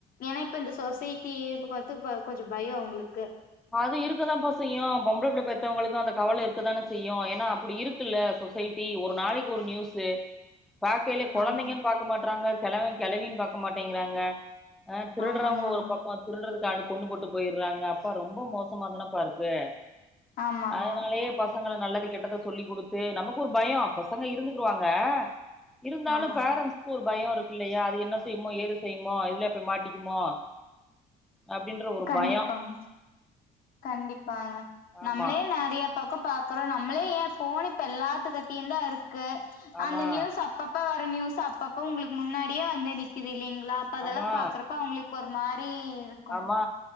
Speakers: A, on the left; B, in the centre.
A: ஏன்னா இப்ப இந்த சொசைட்டியே இப்ப பாத்து இப்ப கொஞ்ச பயம் அவங்களுக்கு
B: அது இருக்கதான்ப்ப செய்யு பொம்பளை புள்ள பெத்தவங்களுக்கு அந்த கவலை இருக்குதானே செய்யும் ஏன்னா அப்டி இருக் கு இல்ல சொசைட்டி ஒரு நாளைக்கு ஒரு நியூஸு
A: <inaudible>
B: பார்க்கயில கொழந்தைங்கு
A: ஆமாங்
B: பாக்க மாட்றாங்க கெழவன் கெழவின்னு பாக்க மாட்டேங்கறாங்க ஆ திருடறவங்க
A: ஆமாங்க ஆமாங்க
B: ஒரு பக்கம் திருடறதுக்காவ கொண்ணு போட்டு போயிட்றாங்க ப்ப ரொம்ப மோசமா தானப்பா இருக்கு
A: ஆமாங்க
B: அதனாலயே பசங்கள நல்லது கெட்டத சொல்லி கொடுத்து நமக்கு ஒரு பயோ பசங்க இருந்துகுருவாங்க இருந்தாலு
A: ஆமாங்க
B: பேரண்ட்ஸ்க்கு ஒரு பயம் இருக்கு இல்லையா அது என்ன செய்யுமோ ஏது செய்யுமோ எதுலய போய் மாட்டிக்குமோ அப்டின்ற ஒரு
A: கண்டிப்பாங்
B: பயம்
A: கண்டிப்பாங்க
B: ஆமா
A: நம்ளே நறைய பக்கோ பாக்கறோ நம்மளே ஏன் ஃபோன் இப்ப எல்லாத்துகிட்டயு தா இருக்கு
B: ஆமா
A: அந்த நியூஸ் அப் அப்பப்ப வர நியூஸ் அப்பப்ப உங்களுக்கு முன்னாடியே வந்து நிக்குது இல்லங்களா அப்ப அதல்லாம்
B: ஆமா
A: பாக்குறப்ப அவங்களுக்கு ஒரு மாரி இருக்
B: ஆமா